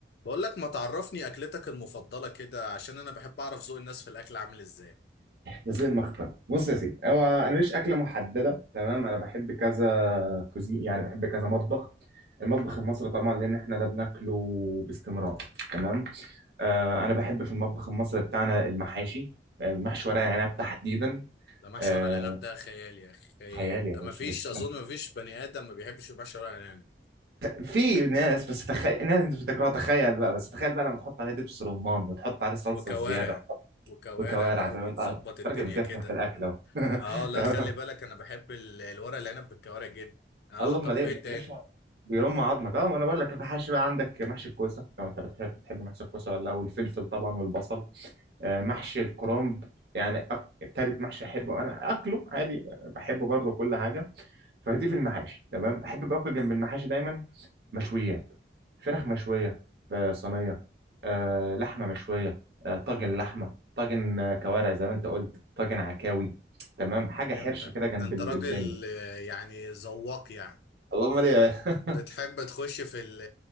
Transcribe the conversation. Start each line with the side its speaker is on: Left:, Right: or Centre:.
Left: بقول لك ما تعرفني اكلتك المفضله كده عشان انا بحب اعرف ذوق الناس في الاكل عامل ازاي
Right: غزل المخبز بص يا سيدي هو انا ماليش اكله محدده تمام انا بحب كذا كوزين يعني بحب كذا مطبخ المطبخ المصري طبعا لان احنا ده بناكله باستمرار تمام آه انا بحب في المطبخ المصري بتاعنا المحاشي آه، محشي ورق العنب تحديدا
Left: ده محشي
Right: آه
Left: ورق العنب ده خيال يا اخي خيال
Right: خيال يا
Left: ده
Right: باشا
Left: ما فيش
Right: بس
Left: اظن ما فيش بني ادم ما بيحبش المحشي ورق العنب
Right: في ناس بس تخيل ناس انت بتكرهها تخيل بقى بس تخيل بقى لما تحط عليه دبس رمان وتحط عليه صلصه
Left: وكوارع
Right: زياده
Left: وكوارع
Right: وكوارع
Left: بقى
Right: زمان
Left: وتظبط
Right: اه انت
Left: الدنيا
Right: راجل بتفهم
Left: كده
Right: في الاكل اهو <laughs>
Left: اه لا
Right: تمام
Left: خلي بالك انا بحب ال- الورق العنب بالكوارع جدا اه
Right: الله
Left: طب
Right: امال ايه
Left: وايه
Right: يا
Left: تاني
Right: باشا بيرم عظمك اه ما انا بقول لك المحاشي بقى عندك محشي الكوسه لو انت بتحب بتحب محشي الكوسه ولا لا والفلفل طبعا والبصل آه، محشي الكرنب يعني أك- تالت محشي احبه انا اكله عادي بحبه برضه كل حاجه فدي في المحاشي تمام احب باكل جنب المحاشي دايما مشويات فراخ مشويه في صينيه
Left: اه
Right: آه، لحمه مشويه آه، طاجن لحمه طاجن آه، كوارع زي ما انت قلت طاجن عكاوي تمام حاجه
Left: فهمتك
Right: حرشه كده جنب
Left: ده انت
Right: الداني
Left: راجل آه، يعني ذواق يعني
Right: اللهم ليه
Left: بت...
Right: <laughs>
Left: بتحب تخش في ال